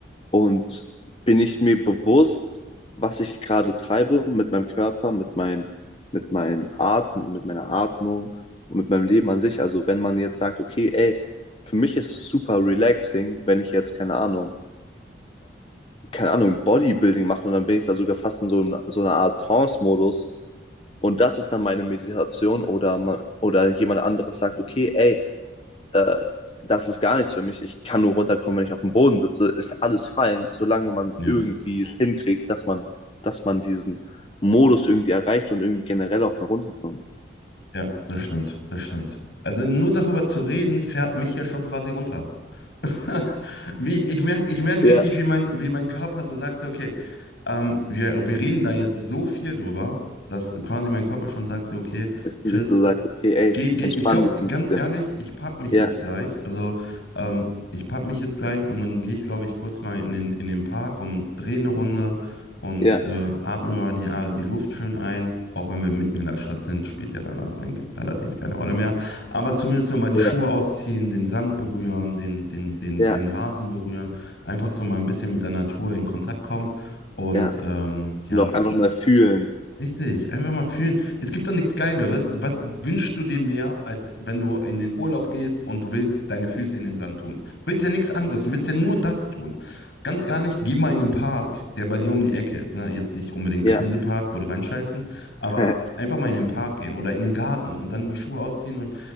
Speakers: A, on the left; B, on the left.
A: Und bin ich mir bewusst, was ich gerade treibe mit meinem Körper, mit meinen, mit meinen Atmen, mit meiner Atmung und mit meinem Leben an sich? Also wenn man jetzt sagt, okay, ey, für mich ist es super relaxing, wenn ich jetzt, keine Ahnung, keine Ahnung, Bodybuilding mache und dann bin ich da sogar fast in so, einer- so einer Art Trance-Modus und das ist dann meine Meditation oder man, oder jemand anderes sagt, okay, ey, äh, das ist gar nichts für mich. Ich kann nur runterkommen, wenn ich auf dem Boden sitze. Ist alles fein, solange man
B: Yes.
A: irgendwie es hinkriegt, dass man, dass man diesen Modus irgendwie erreicht und irgendwie generell auch mal runterkommt.
B: Ja, das stimmt, das stimmt. Also nur darüber zu reden, fährt mich ja schon quasi runter. <laughs> Wie ich, ich merke, ich merk
A: Ja.
B: richtig, wie mein, wie mein Körper so sagt, so, okay, ähm, wir, wir reden da jetzt so viel drüber, dass quasi mein Körper schon sagt, so, okay,
A: Dass
B: Chris,
A: man sich so sagt, okay, ey,
B: Geh, geh,
A: entspann
B: ich glaube,
A: dich ein
B: ganz
A: bisschen.
B: ehrlich, ich pack mich
A: Ja,
B: jetzt gleich. Also, ähm, ich pack mich jetzt gleich und dann gehe ich, glaube ich, kurz mal in den, in den Park und drehe eine Runde und
A: ja,
B: äh, atme mal die, ah, die Luft schön ein. Auch wenn wir mitten in der Stadt sind, spielt ja dann auch eigentlich relativ keine Rolle mehr. Aber zumindest so mal die
A: ja,
B: Schuhe ausziehen, den Sand berühren, den, den, den,
A: ja,
B: den Rasen berühren. Einfach so mal ein bisschen mit der Natur in Kontakt kommen. Und
A: ja.
B: ähm, ja,
A: Und auch
B: das,
A: einfach mal fühlen.
B: Richtig, einfach mal fühlen. Es gibt doch nichts Geileres. Was wünschst du dir mehr, als wenn du in den Urlaub gehst und du willst deine Füße in den Sand tun? Du willst ja nichts anderes, du willst ja nur das tun. Ganz ehrlich, geh mal in den Park, der bei dir um die Ecke ist. Ne? Jetzt nicht unbedingt
A: Ja,
B: der Hundepark, wo du reinscheißen, aber
A: <laughs>
B: einfach mal in den Park gehen oder in den Garten und dann die Schuhe ausziehen und